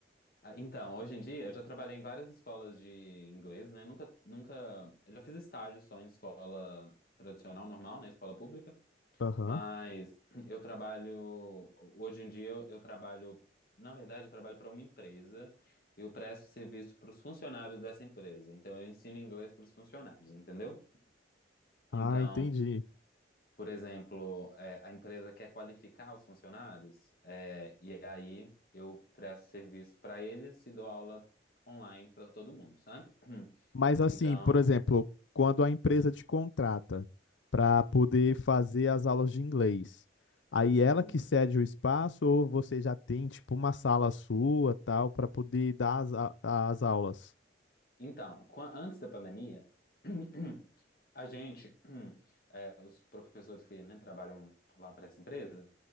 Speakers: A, on the left (about 50°); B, on the left (about 85°).
A: ah, então, hoje em dia eu já trabalhei em várias escolas de inglês, né? Nunca, nunca, eu já fiz estágio só em escola tradicional, normal, né? Escola pública,
B: Aham.
A: mas <clears throat> eu trabalho, hoje em dia eu, eu trabalho, na verdade eu trabalho para uma empresa, eu presto serviço para os funcionários dessa empresa, então eu ensino inglês para os funcionários, entendeu?
B: Ah,
A: Então,
B: entendi.
A: Por exemplo, é, a empresa quer qualificar os funcionários, é, e aí eu presto serviço para eles e dou aula online para todo mundo, sabe? <clears throat>
B: Mas assim,
A: Então,
B: por exemplo, quando a empresa te contrata para poder fazer as aulas de inglês, aí ela
A: uhum.
B: que cede o espaço ou você já tem, tipo, uma sala sua, tal, para poder dar as, a- as aulas?
A: então, quan- antes da pandemia, <clears throat> a gente, <clears throat> é, os professores que né, trabalham lá para essa empresa,